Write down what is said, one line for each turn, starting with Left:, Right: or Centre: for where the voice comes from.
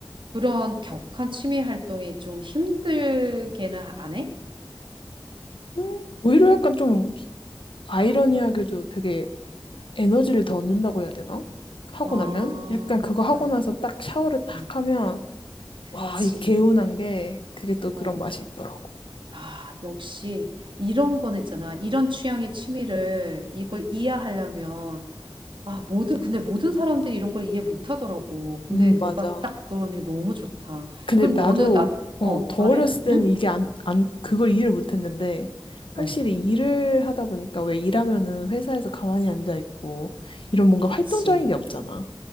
Right: 그런 격한 취미 활동이 좀 힘들게는 안 해?
Left: 음, 오히려 약간 좀 아이러니하게도 되게 에너지를 더 얻는다고 해야 되나? 하고
Right: 아,
Left: 나면? 약간 그거 하고
Right: 그,
Left: 나서 딱 샤워를 딱
Right: 음,
Left: 하면,
Right: 그치.
Left: 와, 이 개운한 게 그게 또 그런
Right: 어,
Left: 맛이 있더라고.
Right: 아, 역시 이런 건 있잖아. 이런 취향의 취미를 이걸 이해하려면 아, 모든, 근데 모든 사람들이 이런 걸 이해 못 하더라고. 근데
Left: 음,
Right: 너가
Left: 맞아.
Right: 딱 그러니 너무 좋다.
Left: 근데
Right: 그럼
Left: 나도
Right: 너는 나,
Left: 어,
Right: 어,
Left: 더
Right: 말해?
Left: 어렸을 때는
Right: 응?
Left: 이게 안, 안, 그걸 이해를 못했는데 확실히
Right: 어,
Left: 일을 하다 보니까 왜 일하면은 회사에서 가만히 앉아 있고 이런 뭔가
Right: 그치.
Left: 활동적인 게 없잖아.